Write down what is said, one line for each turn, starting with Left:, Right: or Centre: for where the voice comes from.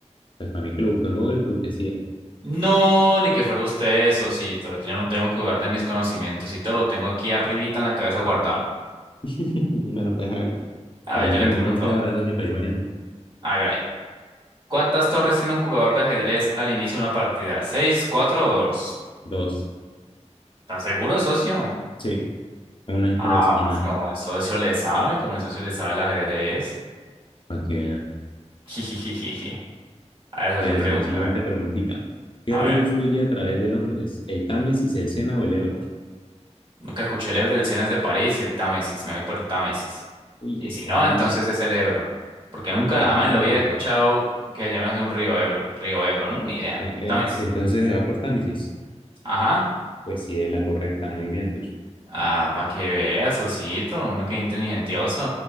Left: Pues para mí que lo buscó en Google porque sí era.
Right: No, ni que fuera usted, Sosito. Yo no tengo que jugar de mis conocimientos y todo lo tengo aquí arribita en la cabeza guardado.
Left: <laughs> Bueno, pues hágalo.
Right: A
Left: Pregúnteme
Right: ver, yo le pregunto,
Left: uno usted ahora, socio, para ir variando.
Right: hágale. ¿Cuántas torres tiene un jugador de ajedrez al inicio de una partida? ¿Seis, cuatro o dos?
Left: Dos.
Right: ¿Estás seguro, socio?
Left: Sí, una en cada
Right: Ah,
Left: esquina.
Right: pues como el socio le sabe, como el socio le sabe el ajedrez.
Left: Aquí,
Right: <laughs> A ver, socio,
Left: Que decía,
Right: pregúntame.
Left: siguiente preguntita. ¿Qué
Right: A
Left: río
Right: ver,
Left: fluye a través de Londres? ¿El Támesis, el Sena o el Ebro?
Right: nunca escuché el Ebro, el Sena es de París y el Támesis. Me voy por el Támesis.
Left: Uy,
Right: Y
Left: este
Right: si no,
Left: man
Right: entonces es el Ebro. Porque nunca
Left: inteligente.
Right: jamás en la vida he escuchado que llames un río Ebro. Río Ebro, ¿no? Ni idea.
Left: Eh, eh,
Right: Támesis.
Left: eh, entonces se va por Támesis.
Right: Ajá.
Left: Pues sí, es la correcta. Muy bien, Sucho.
Right: Ah, para que veas, socito. Uno que es inteligentioso.